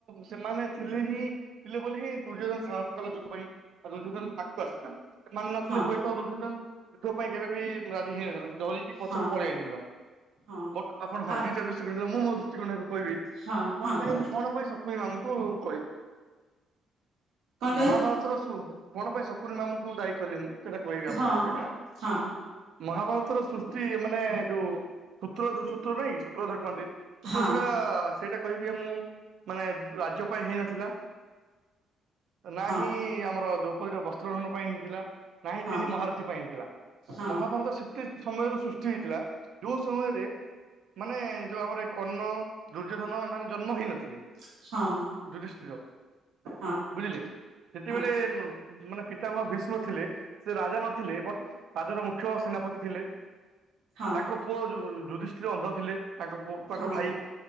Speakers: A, on the right; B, on the right.
A: ସେମାନେ ଥିଲେ ହିଁ ଥିଲେ ବୋଲି ହିଁ ଦୁର୍ଯ୍ୟୋଧନ ସାହସ କଲେ ଯୋଉଥିପାଇଁ। ଆଉ ଦୁର୍ଯ୍ୟଧନ ଆକ୍ଟରସ ଟା ସେମାନେ ନଥିଲେ
B: ହଁ
A: ହୁଏତ ଦୁର୍ଯ୍ୟଧନ ଯୁଦ୍ଧ ପାଇଁ କେବେ ବି ରାଜି ହେଇନଥାନ୍ତା। ଡରିକି ପଛକୁ
B: ହଁ
A: ପଳେଇ ଯାଇଥାନ୍ତା
B: ହଁ
A: ବଟ୍ ଆପଣ ହଁ
B: ଆ
A: ଦିଟା ଦୃଷ୍ଟିକୋଣ ଥିଲା ମୁଁ ମୋ ଦୃଷ୍ଟିକୋଣ କହିବି କଣ
B: ହଁ ହଁ
A: ପାଇଁ
B: କୁହନ୍ତୁ
A: କଣ ପାଇଁ ସ ମୁ ଆମକୁ କହିବି
B: କଣ କହିଲେ
A: ମହାଭାରତର ସୋ କଣ ପାଇଁ ଶକୁୁନି ମାମୁଙ୍କୁ ଦାୟୀ କଲି ମୁଁ ସେଇଟା କହିବି ଆପଣ
B: ହଁ
A: କେବେ?
B: ହଁ
A: ମହାଭାରତର ସୃଷ୍ଟି ମାନେ ଯୋଉ ସୂତ୍ର ସୂତ୍ର ନାଇଁ କି ସୂତ୍ରଧର କହନ୍ତି
B: ହଁ
A: ସେଟା ସେଇଟା କହିବି ମୁଁ ମାନେ ରାଜ୍ୟ ପାଇଁ ହେଇନଥିଲା। ନାହିିଁ
B: ହଁ
A: ଆମର ଦ୍ରୌପଦୀର ବସ୍ତ୍ରହରଣ ପାଇଁ ହେଇଥିଲା। ନାଇଁ
B: ହଁ
A: ତିନି ମହାରଥୀ ପାଇଁ ହେଇଥିଲା
B: ହଁ
A: ମହାଭାରତ ସେ ସମୟରୁ ସୃଷ୍ଟି ହେଇଥିଲା ଯୋଉ ସମୟରେ ମାନେ ଯୋଉ ଆମର କର୍ଣ ଦୁର୍ଯ୍ୟୋଧନ ଏମାନେେ ଜନ୍ମ ହେଇନଥିଲେ।
B: ହଁ।
A: ଯୁଧିଷ୍ଟିର।
B: ହଁ।
A: ବୁଝିଲେ ଯେତେବେଳେ
B: ହଁ
A: ମାନେ ପିତାମହ ଭୀଷ୍ମ ଥିଲେ ସେ ରାଜା ନଥିଲେ ବଟ ପାଦର ମୁଖ୍ୟ ସେନାପତି ଥିଲେ।
B: ହଁ
A: ତାଙ୍କ ପୁଅ ଯୁଧିଷ୍ଠୀର ଅନ୍ଧ ଥିଲେ ତାଙ୍କ ପୁଅଙ୍କ
B: ହଁ
A: ଭାଇ